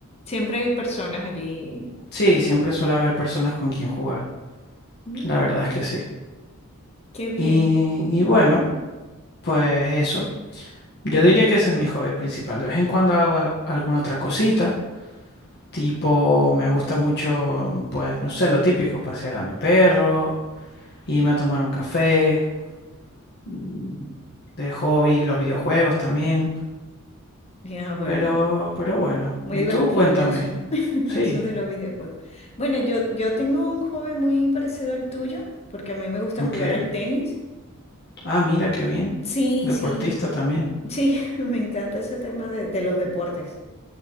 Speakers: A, on the left; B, on the left.
A: siempre hay personas allí.
B: sí, siempre suele haber personas con quien jugar.
A: Mm,
B: La verdad es que sí.
A: qué bien.
B: Y, y bueno, pues eso. Yo diría que ese es mi hobby principal. De vez en cuando hago a- alguna otra cosita. Tipo, me gusta mucho, pues, no sé, lo típico, pasear a mi perro, irme a tomar un café. Mm, De hobby, los videojuegos también.
A: Ya, bueno,
B: Pero, pero bueno.
A: Muy
B: Y
A: divertido
B: tú, cuéntame.
A: eso, <laughs>
B: Sí,
A: eso de los videojuegos. Bueno, yo, yo tengo un hobby muy parecido al tuyo, porque a mí me gusta
B: ok.
A: jugar al tenis.
B: Ah, mira, qué bien.
A: Sí,
B: Deportista
A: sí,
B: también.
A: sí, <laughs> me encanta ese tema de, de los deportes.